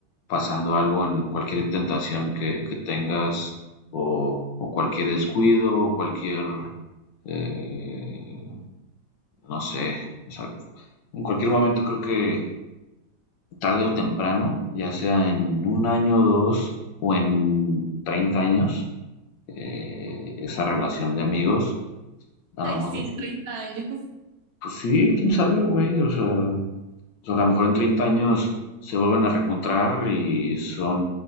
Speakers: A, on the left; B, on the right.
A: pasando algo en cualquier tentación que, que tengas o, o, cualquier descuido o cualquier, eh, no sé, o sea, en cualquier momento creo que tarde o temprano, ya sea en un año, o dos o en 30 años, eh, esa relación de amigos.
B: <laughs>
A: A
B: Ay,
A: lo mejor,
B: sí,
A: pues
B: en 30 años.
A: sí, quién sabe, güey. O sea, o sea, a lo mejor en 30 años se vuelven a reencontrar y son